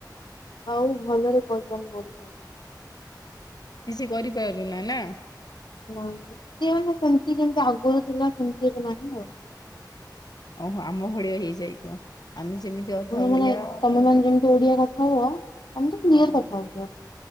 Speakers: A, on the left; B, on the left.
A: ଆଉ ଭଲରେ କହିପାରୁନି ଓଡ଼ିଆ।
B: କିଛି କରିପାରୁନା ନା।
A: ହ ସେ ମାନେ ସେମିତି କେମିତି ଆଗରୁ ଥିଲା ସେମିତି ଏବେ ନାହିଁ ଆଉ।
B: ଓହୋ ଆମ ଭଳିଆ ହେଇଯାଇଛ ଆମେ ଯେମିତି। ଅଧା
A: ତମେମାନେ
B: ଓଡିଆ
A: ତମେ
B: ହଁ
A: ମାନେ ଯେମିତି ଓଡିଆ କଥା ହୁଅ ତମେ ତ କ୍ଲିୟର
B: ହଁ
A: କଥା ହଉଛ।